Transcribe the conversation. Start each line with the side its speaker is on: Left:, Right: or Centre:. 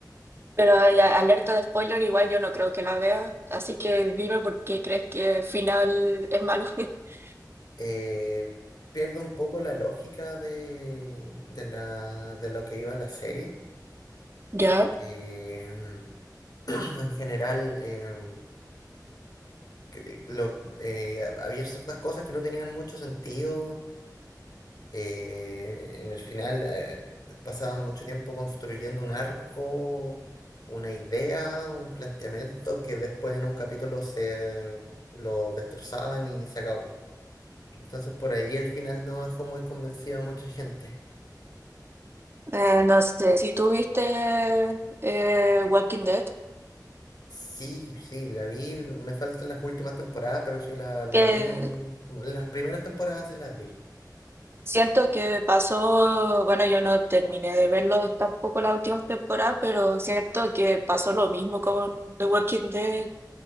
Right: Pero ya, alerta de spoiler, igual yo no creo que la vea, así que dime por qué crees que el final es malo. <laughs>
Left: Eh, pierde un poco la lógica de, de la, de lo que iba la serie
Right: Ya,
Left: Eh, <clears throat> en general, eh, cre- lo- eh, había ciertas cosas que no tenían mucho sentido. eh, en el final, eh, pasaban mucho tiempo construyendo un arco, una idea, un planteamiento que después en un capítulo se lo destrozaban y se acabó. Entonces, por ahí el final no dejó muy convencido a mucha gente.
Right: eh, no sé, si tú viste eh, Walking Dead,
Left: Sí, sí, la vi, me faltan las últimas temporadas, pero sí la, la
Right: que
Left: vi, en un- las primeras temporadas sí las vi.
Right: siento que pasó, bueno, yo no terminé de verlo tampoco las últimas temporadas, pero siento que pasó lo mismo con The Walking Dead,